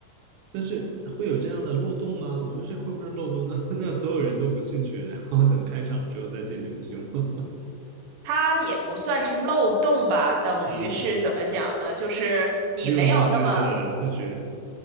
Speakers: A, on the right (about 85°); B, on the right (about 70°).
A: 但是会有这样的漏洞吗？我觉得这会不会是漏洞？那 <laughs> 那所有人都不进去，然后等开场之后再进去，不行吗？
B: 他也不算是漏洞吧，等于是怎么讲呢？
A: <laughs> 嗯，
B: 就是你没有那么
A: 利用大家的自觉。